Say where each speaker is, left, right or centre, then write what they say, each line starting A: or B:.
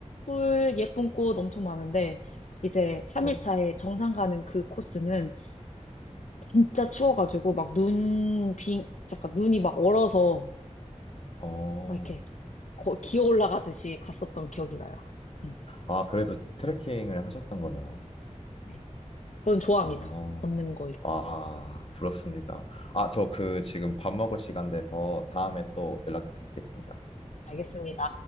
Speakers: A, on the left; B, on the left.
A: 풀 예쁜 꽃 엄청 많은데 이제 3일
B: 네.
A: 차에 정상 가는 그 코스는 진짜 추워가지고 막 눈, 빙, 잠깐 눈이 막 얼어서
B: 어.
A: 막 이렇게 거- 기어 올라가듯이 갔었던 기억이 나요. 음,
B: 아, 그래도 트레킹을 하셨던 거네요.
A: 네. 저는 좋아합니다.
B: 아.
A: 걷는 거 이런
B: 아,
A: 거.
B: 부럽습니다. 아, 저 그 지금 밥 먹을 시간 돼서 다음에 또 연락드리겠습니다.
A: 알겠습니다.